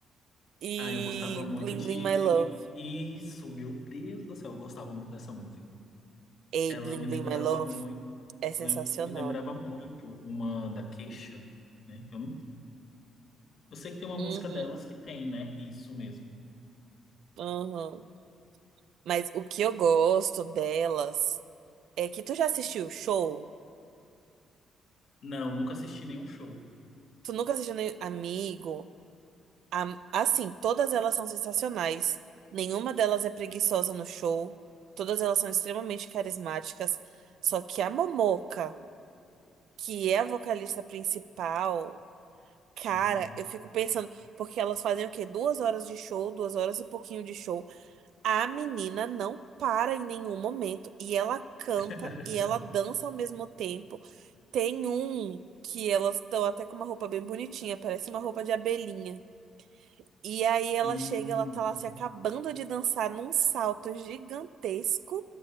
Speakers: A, on the right (about 75°); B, on the left (about 55°).
A: E
B: Ah, eu gostava muito
A: Bling
B: de
A: Bling My
B: Bling...
A: Love.
B: Isso, meu Deus do céu, eu gostava muito dessa música.
A: Ei,
B: Ela
A: Bling
B: me lembrava
A: Bling My Love
B: muito,
A: é
B: eu
A: sensacional.
B: lembro- me lembrava muito uma da Queixa, né? Eu, não- eu sei que tem uma
A: Uhum,
B: música delas que tem, né? Isso mesmo.
A: uhum. Mas o que eu gosto delas é que tu já assistiu o show?
B: Não, nunca assisti nenhum show.
A: Tu nunca assistiu nem Amigo? Am- assim, todas elas são sensacionais. Nenhuma delas é preguiçosa no show. Todas elas são extremamente carismáticas. Só que a Momoca, que é a vocalista principal. Cara,
B: Aham.
A: eu fico pensando, porque elas fazem o quê? Duas horas de show, duas horas e pouquinho de show. A menina não para em nenhum momento. E ela canta
B: <laughs>
A: e ela dança ao mesmo tempo. Tem um que elas estão até com uma roupa bem bonitinha, parece uma roupa de abelhinha. E aí ela
B: Hum,
A: chega, ela tá lá se acabando de dançar num salto gigantesco